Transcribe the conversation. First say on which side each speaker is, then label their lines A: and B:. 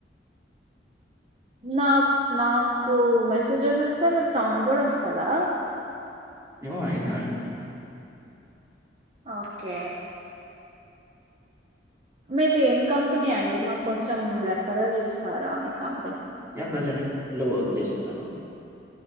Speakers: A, on the right (about 35°); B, on the right (about 15°).
A: నాకు నాకు మెసేజెస్ వస్తే మీకు సౌండ్ కూడా వస్తుందా
B: యి హం
A: ఓకే మీది ఏం కంపెనీ అండి మాకు కొంచెం రెఫరల్ ఇస్తారా మీ కం
B: యా ప్రజ ఎలో వర్క్ చేస్తున్నాను